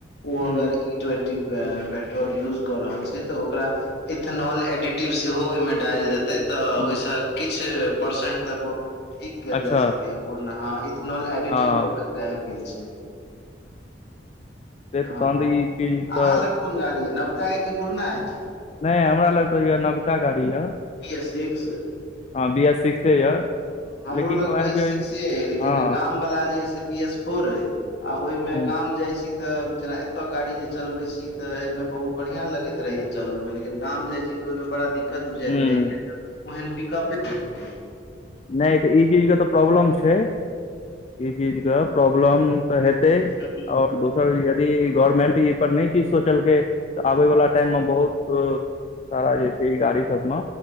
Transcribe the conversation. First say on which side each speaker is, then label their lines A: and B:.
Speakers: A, on the left (about 60°); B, on the left (about 35°).
A: ओ
B: हूँ
A: अगर ट्वेन्टी पेट्रोल यूज क रहल छैय तऽ ओकरा इथेनॉल एडिटिव सेहो ओहि मे डालि देतै तऽ
B: हूँ
A: ओहिस किछ परसेंट तक ओ ठीक कयल
B: अच्छा
A: जा सकै या पूर्णहा इथेनॉल एडिटिव
B: हँ
A: कऽ कऽ एकटा आबि गेल छै
B: एक
A: हँ
B: <unintelligible> ई चीज तऽ
A: अहाँ लग कोन गाड़ी अय नबका अय की पूरना हे
B: नहि हमरा लग तऽ ये नवका गाड़ी यऽ
A: बी एस सिक्स
B: हँ बी एस सिक्से यऽ
A: हमरो
B: लेकिन
A: लग
B: उएह
A: बी एस
B: छै
A: सिक्से अय लेकिन
B: हँ
A: गाम वाला जे अय से बी एस फोर अय आ ओहि मे
B: हूँ
A: गाम जाय छी तऽ जेना एतय गाड़ी जे चलबे छी ते एमे बहुत बढ़ियाँ लगैत रहैया चलबे मे लेकिन गाम जाइ छी तऽ ओहि मे बड़ा दिक्कत बुझाइत
B: हूँ
A: रहय यऽ ओहन पिकपे <unintelligible>
B: नहि तऽ ई चीज के तऽ प्रॉब्लम छै ई चीज के प्रॉब्लम तऽ हेतै
A: हँ <unintelligible>
B: दोसर यदि गवर्मेंट ई पर नहि किछ सोचलकै तऽ आबे वाला टाइम मे बहुत सारा जे छै ई गाड़ी सब मे